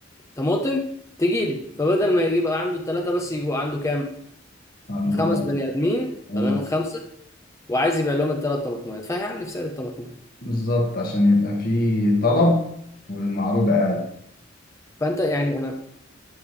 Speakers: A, on the left; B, on the left.
A: طماطم تجيلي فبدل ما يبقى عنده ثلاثه بس يبقى عنده كام؟
B: عنده
A: خمس
B: بقى
A: بني ادمين
B: اه
A: خلينا نقول خمسه وعايز يبيع لهم الثلاث طماطمات فهيعلي في سعر الطماطمات
B: بالظبط عشان يبقى في طلب والمعروض اقل
A: فانت يعني انا